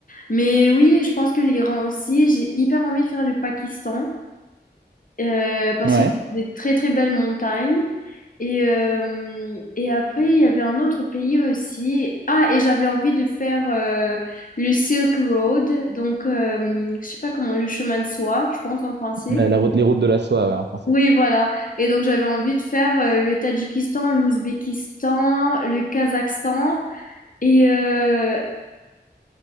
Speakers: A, on the left; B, on the right.
A: Mais oui, je pense que l'Iran aussi. J'ai hyper envie de faire le Pakistan euh, parce
B: Ouais.
A: qu'il y a des très très belles montagnes. Et, euh, et après, il y avait un autre pays aussi. Ah, et j'avais envie de faire euh, le Silk Road, donc euh, je sais pas comment, le chemin de soie, je pense en français.
B: La, la route, les routes de la soie, ouais, en français.
A: Oui, voilà. Et donc j'avais envie de faire euh, le Tadjikistan, l'Ouzbékistan, le Kazakhstan. Et, euh,